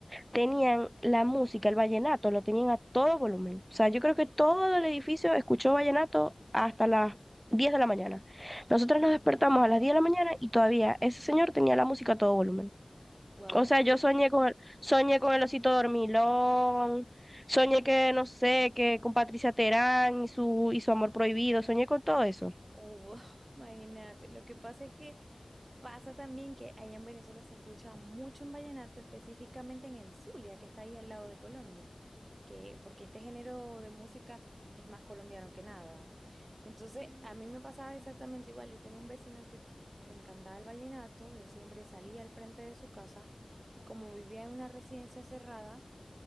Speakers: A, on the right; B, on the right.
A: tenían la música, el vallenato, lo tenían a todo volumen. O sea, yo creo que todo el edificio escuchó vallenato hasta las 10 de la mañana. Nosotros nos despertamos a las 10 de la mañana y todavía ese señor tenía la música a todo volumen.
B: Wow,
A: O sea, yo soñé con el, soñé con el osito dormilón, soñé que, no sé, que con Patricia Terán y su, y su amor prohibido, soñé con todo eso.
B: Oh, <laughs> imagínate, lo que pasa es que pasa también que allá en Venezuela se escucha mucho en vallenato, específicamente en el Zulia, que está ahí al lado de Colombia, que porque este género de música es más colombiano que nada. Entonces, a mí me pasaba exactamente igual, yo tenía un vecino que le encantaba el vallenato, él siempre salía al frente de su casa y como vivía en una residencia cerrada,